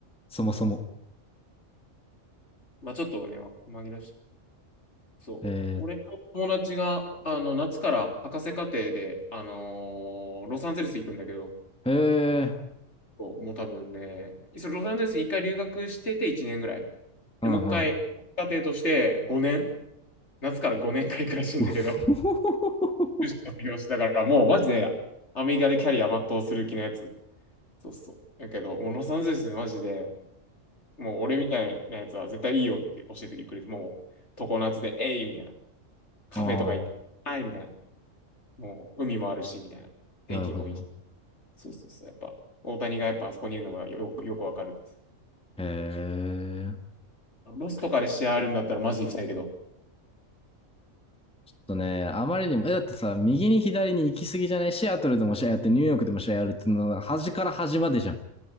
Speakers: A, in the centre; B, on the left (about 60°).
A: そもそも。
B: まあちょっとね、わ紛らわしい、そう。
A: え
B: 俺の友達が、あの、夏から博士課程で、あのーロサンゼルス行くんだけど、
A: ー、えー、
B: そうもう多分ね、それロサンゼルスに一回留学してて1年ぐらい。
A: うんうん。
B: で、もう一回、家庭として5年、夏から5年間行くらしいんだけど、
A: うほほほほほ
B: 修士卒業して、だからもうマジで、アメリカでキャリア全うする気のやつ。そうそう。だけど、もうロサンゼルスマジで、もう俺みたいなやつは絶対いいよって教えてくれて、もう常夏で、えいみたいな。カフェとか行って、
A: あ
B: あいみたいな。もう海もあるし、みたいな。天気もいいし。
A: あ、なるほどな。
B: そうそうそう。やっぱ、大谷がやっぱあそこにいるのがよく、よくわかるです。
A: へえー。
B: ロスとかで試合あるんだったらマジで行きたいけど。
A: とね、あまりにも、え、だってさ、右に左に行き過ぎじゃないシアトルでも試合やって、ニューヨークでも試合やるっていうのは、端から端までじゃん。